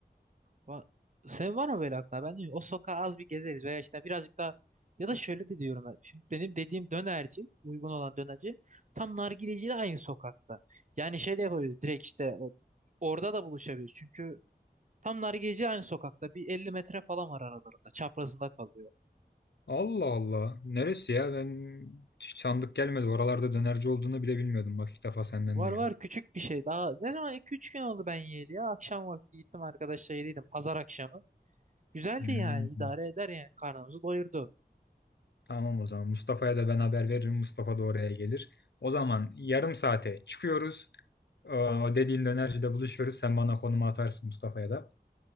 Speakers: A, on the right; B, on the left.
A: Va- Senin var mı böyle aklına? Ben diyorum o sokağa az bir gezeriz veya işte birazcık daha ya da şöyle de diyorum ben. Şimdi benim dediğim dönerci, uygun olan dönerci tam nargileciyle aynı sokakta. Yani şey de yapabiliriz direkt işte o, orada da buluşabiliriz. Çünkü tam nargileci aynı sokakta. Bir 50 metre falan var aralarında. Çaprazında kalıyor.
B: Allah Allah. Neresi ya? Ben hiç sandık gelmedi. Oralarda dönerci olduğunu bile bilmiyordum. Bak ilk defa senden
A: Var
B: duyuyorum.
A: var küçük bir şey. Daha ne zaman 2-3 gün oldu ben yiyeli ya. Akşam vakti gittim arkadaşla yediydim. Pazar akşamı. Güzeldi
B: Hmm.
A: yani idare eder yani karnımızı doyurdu.
B: Tamam o zaman. Mustafa'ya da ben haber veririm. Mustafa da oraya gelir. O zaman yarım saate çıkıyoruz. Ee, O dediğin dönercide buluşuyoruz. Sen bana konumu atarsın Mustafa'ya da.